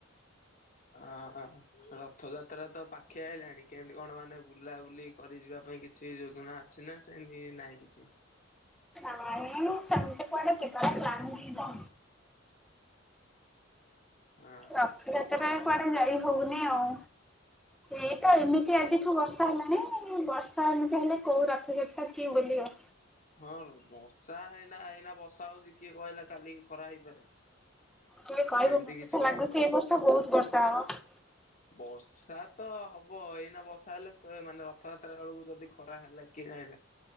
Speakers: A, on the left; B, in the centre.
A: ହଁ- ହଁ- ହଁ ରଥଯାତ୍ରା ତ ପାଖିଆ ଆଇଲାଣି, କେମତି କଣ ମାନେ ବୁଲ୍ ବୁଲାବୁଲି କରି ଯିବା ପାଇଁ କିଛି ଯୋଜନା ଅଛି, ନା ସେମିତି ନାହିଁ କିଛି?
B: ନାଇଁ ସେମିତି କୁଆଡ଼େ ଯିବାର ପ୍ଲାନ ହେଇନି ତ।
A: ହଁ
B: ରଥଯାତ୍ରା କୁଆଡେ ଯାଇ ହଉନି ଆଉ, ଏଇତ
A: ହଁ
B: ଏମି ତି ଆଜିଠୁ ବର୍ଷା ହେଲାଣି, ବର୍ଷା ଏମିତି ହେଲେ କୋଉ ରଥଯାତ୍ରା କିଏ ବୁଲିବ?
A: ହଁ ବର୍ଷା ଏଇନା, ଏଇନା ବର୍ଷା ହଉଛି କିଏ କହିଲା କାଲିକି ଖରା ହେଇପାରେ।
B: କିଏ କହିବ,
A: ଏମିତି
B: ମତେ
A: କିଛି
B: ତ
A: କହିହବନି।
B: ଲାଗୁଛି ଏଇ ବର୍ଷ ବହୁତ ବର୍ଷା ହବ।
A: ବସ୍ ର୍ଷା ତ ହବ, ଏଇନା ବର୍ଷା ହେଲେ ମାନେ ରଥଯାତ୍ରା ବେଳକୁ ଯଦି ଖରା ହେଲା କିଏ ଜାଣିଲା।